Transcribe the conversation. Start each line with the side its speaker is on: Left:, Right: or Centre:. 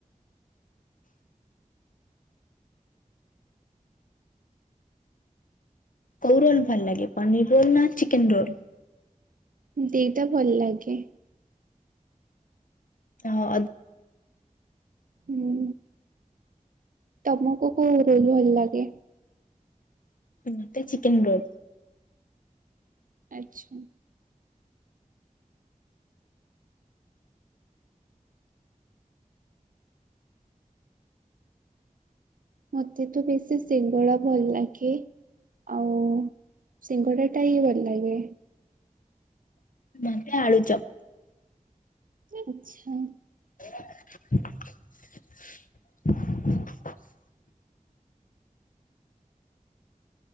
Left: କଉ ରୋଲ ଭଲ ଲାଗେ ପନିର ରୋଲ ନା ଚିକେନ ରୋଲ?
Right: ଦି ଟା ଭଲ ଲାଗେ।
Left: ହଁ।
Right: ହୁଁ ତମକୁ କୋଉ ରୋଲ୍ ଭଲ ଲାଗେ?
Left: ମତେ ଚିକେନ ରୋଲ।
Right: ଆଚ୍ଛା। ମତେ ତ ବେଶୀ ସିଙ୍ଗଡା ଭଲ ଲାଗେ। ଆଉ ସିଙ୍ଗଡା ଟା ହି ଭଲ ଲାଗେ।
Left: ମତେ ଆଳୁଚ
Right: ଆଚ୍ଛା।
Left: <inaudible>